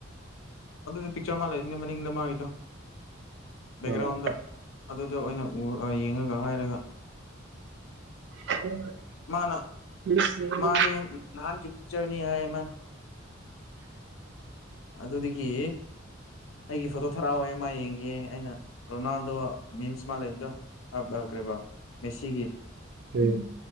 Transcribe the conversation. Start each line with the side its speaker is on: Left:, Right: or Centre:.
Left: ꯑꯗꯨꯗꯤ ꯄꯤꯛꯆꯔ ꯃꯥ ꯂꯩꯕꯅꯦ ꯃꯅꯤꯡꯗ ꯃꯥꯒꯤꯗꯣ ꯕꯦꯛꯒ꯭ꯔꯥꯎꯟꯗ
Right: ꯑꯥ
Left: ꯑꯗꯨꯗ ꯑꯣꯏꯅ ꯎ ꯌꯦꯡꯉꯒ ꯍꯥꯏꯔꯒ
Right: ꯑꯣ
Left: ꯃꯥꯅ
Right: ꯎꯝ
Left: ꯃꯥꯅꯦ ꯅꯍꯥꯟꯒꯤ ꯄꯤꯛꯆꯔꯅꯤ ꯍꯥꯏꯌꯦ ꯃꯥꯅ ꯑꯗꯨꯗꯒꯤ ꯑꯩꯒꯤ ꯐꯣꯇꯣ ꯊꯔꯛꯑꯣꯋꯦ ꯃꯥ ꯌꯦꯡꯒꯦ ꯑꯩꯅ ꯔꯣꯅꯥꯜꯗꯣ ꯃꯤꯝꯁ ꯃꯥ ꯂꯩꯕꯗꯣ ꯀꯔꯤꯕ ꯃꯦꯁꯤꯒꯤ
Right: ꯍꯣꯏ